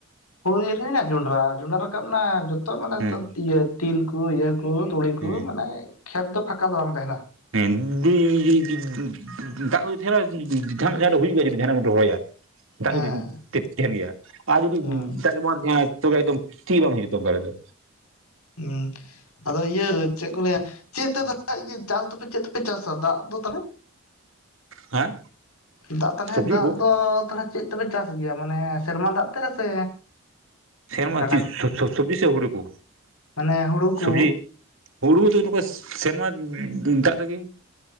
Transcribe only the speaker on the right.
ᱦᱮᱸ
ᱦᱮᱸ
<unintelligible> ᱫᱟᱜ ᱠᱚ ᱫᱤ ᱛᱟᱦᱮᱱᱟ ᱡᱟᱦᱟᱱᱟᱜ ᱡᱟᱦᱟᱸ ᱦᱩᱭᱩᱜ ᱜᱮᱭᱟ ᱡᱩᱫᱤ ᱡᱟᱦᱟᱱᱟᱜ ᱮᱢ ᱨᱚᱦᱚᱭᱟ ᱫᱟᱜ
ᱡᱩᱫᱤ᱾ ᱛᱮᱦᱮᱱ ᱜᱮᱭᱟ ᱟᱨ ᱡᱩᱫᱤ
ᱫᱟᱜ ᱜᱮ ᱵᱟᱝ ᱛᱮᱦᱮᱱᱟ ᱛᱚᱵᱮ ᱫᱚᱢ ᱴᱷᱤᱠ ᱵᱟᱝ ᱦᱤᱡᱩᱜ ᱛᱚ ᱚᱱᱠᱟ ᱨᱮᱫᱚ᱾
ᱦᱮᱸ
ᱥᱚᱵᱽᱡᱤ
ᱠᱚ
ᱥᱮᱱᱢᱟ
ᱥᱚ ᱥᱚ ᱥᱚᱵᱽᱡᱤ ᱥᱮ ᱦᱩᱲᱩ ᱠᱚ
ᱥᱚᱵᱽᱡᱤ ᱦᱩᱲᱩ᱾ ᱥᱮᱨᱢᱟ ᱫᱟᱜ ᱛᱮᱜᱮ᱾